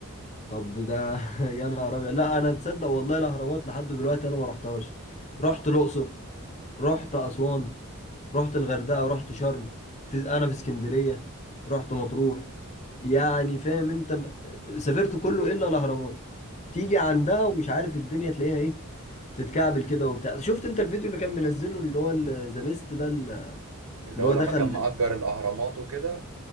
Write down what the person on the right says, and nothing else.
اللي هو
لما
كان مأجر الاهرامات وكده